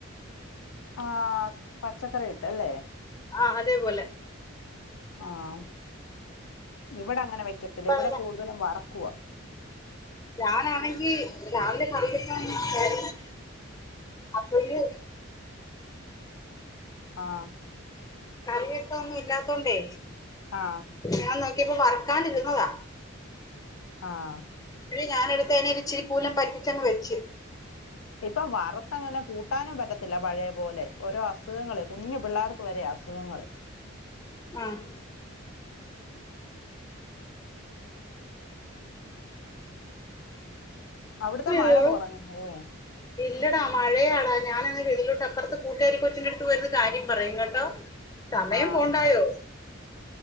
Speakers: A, on the left (about 80°); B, on the left (about 20°).
A: ആഹ് പച്ചക്കറിട്ട് അല്ലേ
B: ആഹ് അതേപോലെ
A: ആഹ് ഇവിടെ അങ്ങനെ വെയ്ക്കത്തില്ല
B: അപ്പ
A: ഇവിടെ കൂടുതലും വറക്കുവാ
B: ഞാനാണെങ്കി രാവിലെ കറി വെക്കാന് <unintelligible> അപ്പയ്
A: ആഹ്
B: കറി വെക്കാന് ഒന്നും ഇല്ലാത്തൊണ്ടേ
A: ആ
B: ഞാൻ നോക്കിയപ്പോ വറ്ക്കാന് ഇരുന്നതാ
A: ആഹ്
B: ഞാന് എടുത്ത് അനെ ഇച്ചിരിക്കൂലം പറ്റിച്ചങ്ങ് വെച്ച്
A: ഇപ്പൊ വറുത്തങ്ങനെ കൂട്ടാനും പറ്റത്തില്ല പഴയ പോലെ ഓരോ അസുഖങ്ങള് കുഞ്ഞു പിള്ളേർക്ക് വരെ അസുഖങ്ങള്
B: ആഹ്
A: അവിടുത്തെ
B: അയ്യോ
A: മഴ കുറഞ്ഞന്നേ
B: ഇല്ലടാ മഴയാടാ ഞാന് ങ്ങ് വെളയിലോട്ട്പ്പുറത്ത് കൂട്ടാരി കൊച്ചിൻ്റെ അടുത്ത് പോയാരുന് കാര്യം പറയും കേട്ടോ സമയം
A: ആ
B: പോണ്ടായോ